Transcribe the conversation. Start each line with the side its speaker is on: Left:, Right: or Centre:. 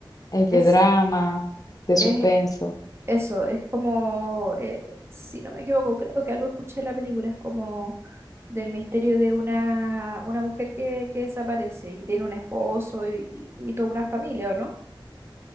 Left: Es
Right: Es,
Left: de drama, de
Right: es
Left: suspenso.
Right: eso, es como, eh, si no me equivoco, creo que algo escuché en la película, es como del misterio de una, una mujer que, que desaparece y tiene un esposo y, y y toda una familia, ¿o no?